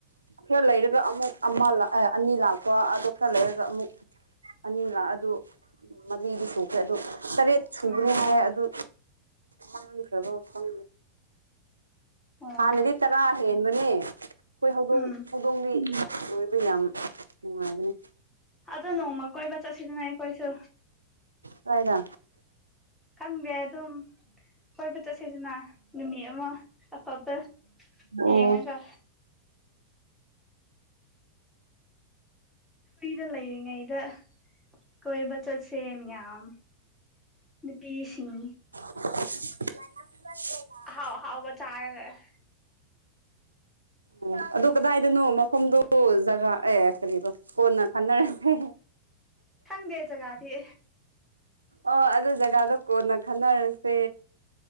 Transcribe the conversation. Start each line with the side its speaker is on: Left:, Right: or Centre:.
Right: ꯈꯔ ꯂꯩꯔꯒ ꯑꯃꯨꯛ ꯑꯃ ꯂꯥꯛꯑꯦ ꯑꯅꯤ ꯂꯥꯛꯄ ꯑꯗꯣ ꯈꯔ ꯂꯩꯔꯒ ꯑꯃꯨꯛ꯫ ꯑꯅꯤꯂ ꯑꯗꯨ ꯃꯔꯤꯗꯤ ꯁꯨꯈ꯭ꯔꯦ ꯑꯗꯨ ꯇꯔꯦꯠ ꯁꯨꯕꯅꯦ
Centre: ꯎꯝ
Right: ꯍꯥꯏꯌꯦ ꯑꯗꯨ꯫ ꯃꯥꯡꯈꯔꯕꯔ
Centre: ꯑꯣ
Right: ꯍꯟꯅꯗꯤ꯫ ꯇꯔꯥ ꯍꯦꯟꯕꯅꯦ ꯑꯩꯈꯣꯏ ꯍꯧꯗꯣꯡ
Centre: ꯎꯝ
Right: ꯍꯧꯗꯣꯡꯂꯤ ꯑꯗꯨ ꯌꯥꯝ ꯅꯨꯡꯉꯥꯏꯕꯅꯦ꯫
Centre: ꯑꯗꯣ ꯅꯣꯡꯃ ꯀꯣꯏꯕ ꯆꯠꯁꯤꯗꯅ ꯑꯩꯈꯣꯏꯁꯨ꯫
Right: ꯀꯥꯏꯗ꯫
Centre: ꯈꯪꯒꯦ ꯑꯗꯨꯝ ꯀꯣꯏꯕ ꯆꯠꯁꯦꯗꯅ ꯅꯨꯃꯤꯠ ꯑꯃ꯫ ꯑꯐꯥꯕ
Right: ꯑꯣ
Centre: ꯌꯦꯡꯉꯒ꯫ ꯐ꯭ꯔꯤꯗ ꯂꯩꯔꯤꯉꯩꯗ ꯀꯣꯏꯕ꯫ ꯆꯠꯁꯦ ꯃꯌꯥꯝ ꯅꯨꯄꯤꯁꯤꯡ꯫
Right: <unintelligible>
Centre: ꯍꯥꯎ ꯍꯥꯎꯕ ꯆꯥꯔꯒ
Right: ꯑꯣ ꯑꯗꯨ ꯀꯗꯥꯏꯗꯅꯣ ꯃꯐꯝꯗꯨ ꯖꯒꯥ ꯑꯦ ꯀꯔꯤꯑꯕ ꯀꯣꯟꯅ ꯈꯟꯅꯔꯁꯦ
Centre: ꯊꯪꯗꯦ ꯖꯒꯥꯗꯤ
Right: ꯑꯣ ꯑꯗꯨ ꯖꯒꯥꯗꯣ ꯀꯣꯟꯅ ꯈꯟꯅꯔꯁꯦ